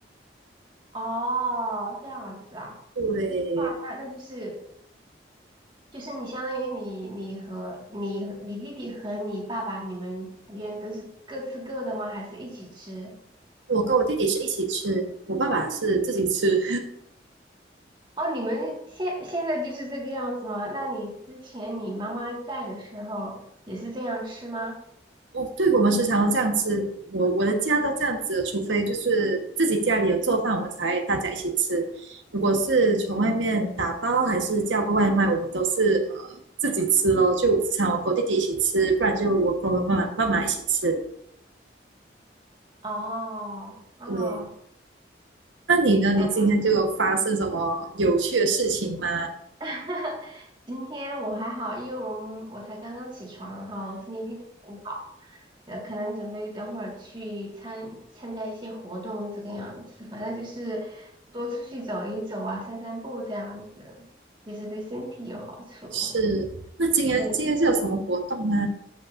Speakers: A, on the right (about 25°); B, on the right (about 85°).
A: 哦，这样子啊，
B: 对，
A: 哇，那那就是就是你相当于你你和你和你弟弟和你爸爸你们之间都是各吃各的吗？还是一起吃？
B: 我跟我弟弟是一起吃，我爸爸是自己吃。
A: 哦，你们现现在就是这个样子吗？那你之前你妈妈在的时候也是这样吃吗？
B: 哦，对，我们时常都这样吃。我我的家都这样子，除非就是自己家里有做饭，我们才大家一起吃。如果是从外面打包还是叫个外卖，我们都是呃自己吃咯。就时常我跟我弟弟一起吃，不然就我跟我妈妈妈妈一起吃。
A: 哦哦，
B: 对，那你呢？
A: 哎。
B: 你今天就有发生什么有趣的事情吗？
A: <laughs> 今天我还好，因为我们我才刚刚起床，然后今天天气很好，呃，可能准备等会儿去参参加一些活动这个样子，反正就是多出去走一走啊，散散步这样子，其实对身体有好处。
B: 是，那今天今天是有什么活动吗？
A: 对